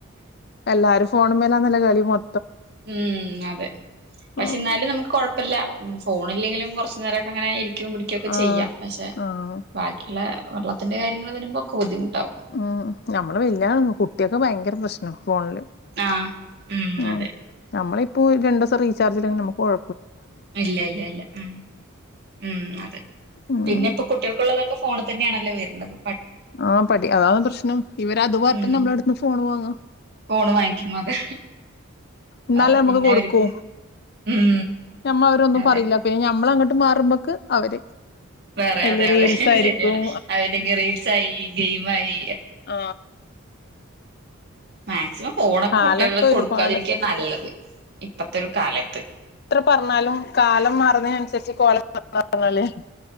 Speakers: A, on the left; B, on the right.
A: എല്ലാരും ഫോണ് മ്മലാന്നല്ലോ കളി മൊ
B: ഉം അതെ പക്ഷെ
A: ഉം
B: ന്നാലും നമുക്ക് കൊഴ് പ്പല്ല ഫോണിലെങ്കിലും കൊർച്ച് നേരൊക്കെങ്ങനെ ഇ ക്കും പിടിക്കൊക്കെ
A: ആഹ്
B: ചെയ്യാം പക്ഷെ
A: ആഹ്
B: ബാക്കിയിള്ള വെള്ളത്തിന്റെ കാര്യങ്ങൾ വരുമ്പൊക്കെ ബുദ്ധിമുട്ടാകും
A: ഉം നമ്മള് വെല്ല്യ കുട്ട്യക്ക് ഭയങ്കര പ്രശ്ന ഫോണില്
B: ആഹ് ഉം
A: ആ
B: അതെ
A: നമ്മളി ഓ ഒരു രണ്ടോസം റീചർജില്ലങ്കിൽ നമക്ക് കൊഴ
B: ഇല്ല ല്ല ല്ല ഉം ഉം അതെ
A: ഉം
B: പിന്നെ ഇപ്പോ കുട്ട്യ ൾക്ക് ള്ളതൊക്കെ ഫോണി തെന്നെണല്ലേ വര്ന്നത്
A: ആ പഠി അതാണ് പ്രശ്നം ഇവര് അതു പറഞ്ഞിട്ട്
B: ഉം
A: നമ്മളടത്ത്ന്ന് ഫോണ് വാങ്ങ
B: ഫോണ് വാങ്ങിക്കും അതെ
A: എന്നാലേ
B: അതെ
A: നമുക്ക്
B: പിന്നവർക്ക്
A: കൊടുക്കൂ
B: ഉം
A: ഞമ്മ അവരൊന്നും
B: അതെ
A: പറയില്ല പിന്നെ അമ്മള അങ്ങട്ട് മാറുമ്പോക്ക് അവര്
B: വേറെ
A: അയില്
B: അതെ യതെ
A: റീൽസ്
B: ശെരിയാണ്
A: ആയിരിക്കും
B: അവര്ക്ക് റീൽസായി ഗെയിം മായി
A: ആ
B: മാക്സിമം ഫോണൊ
A: കാലൊക്കെ
B: കുട്ട്യൾ ള് കൊടുക്കാതിരിക്ക്യാ
A: ഒരുപാട്
B: നല്ലത് ഇപ്പത്തൊരു കാലത്ത്
A: പർഞ്ഞാലും കാലം മാറുന്നെയ്നനുസരിച്ച് കോലം മാറുന്നതല്ലേ